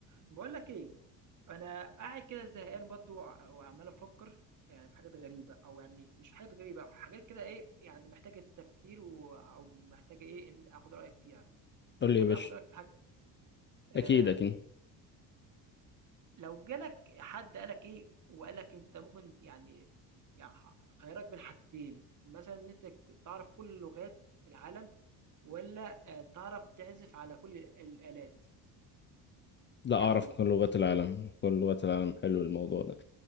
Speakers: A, on the right; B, on the left.
A: بقول لك ايه انا قاعد كده زهقان برضو وع- وعمال افكر يعني في حاجات غريبه او يعني مش في حاجات غريبه حاجات كده ايه يعني محتاجه تفكير و... او محتاجه ايه ان اخد رايك فيها فممكن
B: قول لي يا باشا
A: اخد رايك في حاجه آه
B: اكيد اكيد
A: لو جالك حد قالك ايه وقالك انت ممكن يعني يعني خيارك بين حاجتين مثلا ان انت تعرف كل لغات العالم ولا آه تعرف تعزف على كل الالات
B: لا
A: تعمل
B: اعرف
A: ايه
B: كل لغات العالم كل لغات العالم حلو الموضوع ده